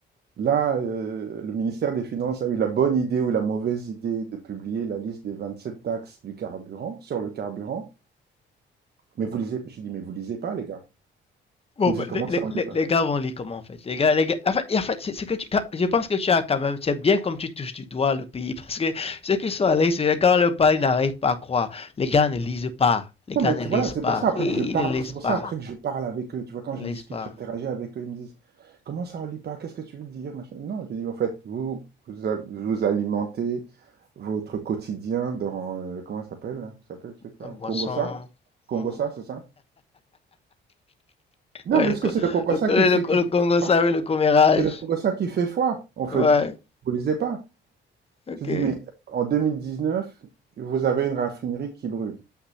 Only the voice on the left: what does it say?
Bon,
ben,
les, les-
les-
les gars vont lire comment en fait. Les gars, les gars, en fait, en fait, c'est c'est que tu, je pense que tu as quand même, c'est bien comme tu touches du doigt le pays <laughs> parce que ceux qui sont à l'extérieur, quand le pays n'arrive pas à croire, les gars ne lisent pas. Les
gars
ne
lisent
pas.
Et
Ils ne lisent
pas.
Ils
ne
lisent pas.
Un boisson.
Mhm.
Ouais,
le, co-
le, co-
le,
co-
le
Congo, ça
oui, le commérage.
Ouais,
ok.